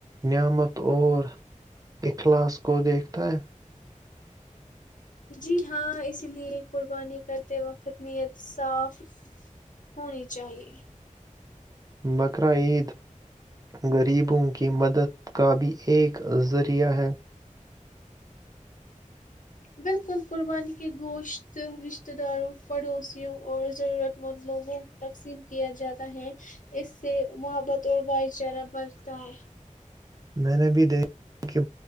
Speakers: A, on the right (about 25°); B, on the left (about 70°).
A: نعمت اور اخلاص کو دیکھتا ہے
B: جی ہاں اسی لیے قربانی کرتے وقت نیت صاف ہونی چاہیے
A: بقر عید غریبوں کی مدد کا بھی ایک ذریعہ ہے
B: بالکل قربانی کے گوشت رشتہ داروں پڑوسیوں اور ضرورت مند لوگوں تقسیم کیا جاتا ہے اس سے محبت اور بھائی چارہ بھتا ہے
A: میں نے بھی دیکھا ہے کہ